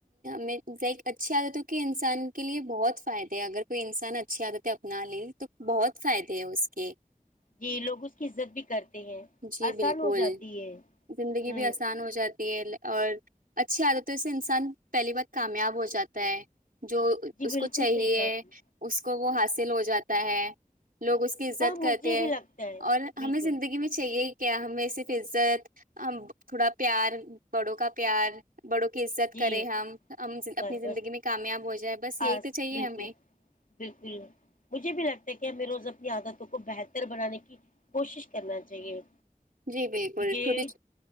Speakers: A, on the right (about 80°); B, on the left (about 70°).
A: میں اچھی عادتوں کے انسان کے لیے بہت فائدے ہے اگر کوئی انسان اچھی عادتیں اپنا لے تو بہت فائدے ہے اس کے
B: جی لوگ اس کی عزت بھی کرتے ہیں
A: جی
B: آسان
A: بالکل
B: ہو جاتی ہے
A: زندگی
B: ہوں
A: بھی آسان ہو جاتی ہے اور اچھی عادت ہے سے انسان پہلی بار کامیاب ہو جاتا ہے جو
B: جی
A: اس
B: بالکل
A: کو چاہیے
B: صحیح کہا
A: اس
B: آپ نے
A: اس کو وہ حاصل ہو جاتا ہے لوگ اس کی عزت
B: ہاں مجھے
A: کرتے
B: بھی
A: ہیں
B: لگتا ہے
A: اور
B: بالکل
A: ہمیں زندگی میں چاہیے ہی کیا ہمیں صرف عزت تھوڑا پیار بڑوں کا پیار بڑوں کی عزت
B: جی
A: کرے ہم ہم اپنی
B: بس
A: زندگی
B: بس
A: میں کامیاب ہو جائے بس یہی
B: آس
A: تو چاہیے
B: بالکل
A: ہمیں
B: بالکل مجھے بھی لگتا ہے کہ ہمیں روز اپنی عادتوں کو بہتر بنانے کی کوشش کرنا چاہیے
A: جی بالکل
B: کیونکہ
A: چھوٹی